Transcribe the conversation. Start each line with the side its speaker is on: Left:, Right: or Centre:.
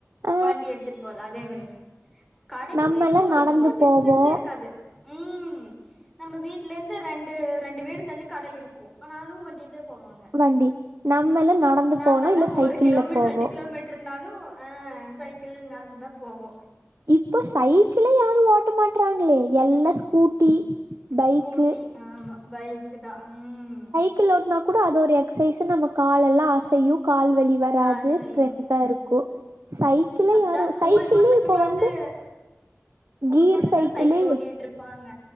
Right: ஆ
Centre: வண்டி எடுத்துட்டு போலா அதே மாரி கடைக்கு
Right: நம்மல்லா
Centre: வீட்டுக்கு
Right: நடந்து
Centre: ரொம்ப டிஸ்டன்ஸே
Right: போவோ
Centre: இருக்காது ம் நம்ம வீட்டு ல இருந்து ரெண்டு ரெண்டு வீடு தள்ளி கட இருக்கு ஆனாலு வண்டிலதா போவாங்க
Right: வண்டி நம்மல்லா நடந்து
Centre: நாம
Right: போனோ
Centre: எல்லா
Right: இல்ல சைக்கிள்ல
Centre: ஒரு கிலோமீட்டர்
Right: போவோ
Centre: ரெண்டு கிலோமீட்டர் ட்ருநாலு அஹ் சைக்கிள் நடந்துதா போவோ
Right: இப்போ சைக்கிளே யாரு ஓட்ட மாட்றாங்களே எல்லா ஸ்கூட்டி பைக்கு
Centre: ஸ்கூட்டி ஆமா பைக்கு தா ம்
Right: சைக்கிள் ஓட்னா கூட அது ஒரு எக்சைஸ் நமக் கால் எல்லா அசையு கால் வலி வராது
Centre: ஆ செய்யு
Right: ஸ்ட்ரென்தா இருக்கு சைக்கிள
Centre: ஃபஸ்ட்டா
Right: யாரு
Centre: ஸ்கூல்
Right: சைக்கிளு
Centre: பசங்களாவது
Right: இப்போ வந்து
Centre: ஸ்கூல்
Right: கீர்
Centre: பசங்களா
Right: சைக்கிளு
Centre: சைக்கிள் ஓட்டிட்டு இருப்பாங்க